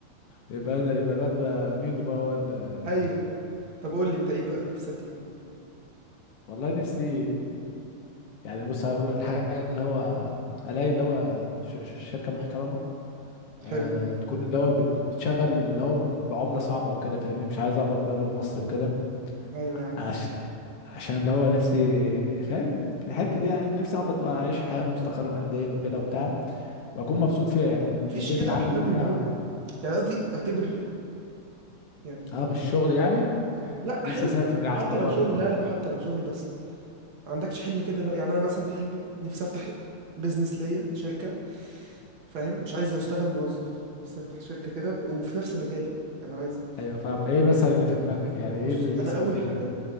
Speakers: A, on the left; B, on the right.
A: يبقى أنا- يبقى الواد ده ميدو بقى هو ال-
B: ايوه طب قول لي انت ايه بقى نفسك يعني
A: والله نفسي يعني بص اول حاجه اللي هو الاقي اللي هو ش- ش- شركه محترمه آه
B: حلو
A: تكون اللي هو بت- بتشغل اللي هو بعملة صعبة وكده فاهمني مش عايز اقبض بقى بالمصري وكده
B: ايوه يا عم
A: عش... عشان اللي هو نفسي فاهم في الحتة دي يعني نفسي اقبض بقى اعيش حياة مستقرة ماديا وكده وبتاع واكون مبسوط فيها يعني يكون
B: مفيش
A: البيت
B: كده
A: العمل
B: احلام
A: اللي فيها
B: اللي هو يعني قصدي اعتبر ال- يعني
A: اه مش شغل يعني
B: لا
A: نفسي
B: حلو
A: اسافر يا عم
B: حتى لو
A: بره
B: شغل لا لا حتى لو شغل بس ما عندكش حلم كده لو يعني انا مثلا حلمي نفسي افتح بيزنس ليا شركه فاهم مش عايز اشتغل موظف أنا نفسي افتح شركه كده ب- وفي نفس مجالي انا عايز
A: ايوه فاهم ايه بس اللي في دماغك يعني ايه
B: بص
A: اللي
B: انا
A: نفسك
B: اول
A: فيه
B: حاجه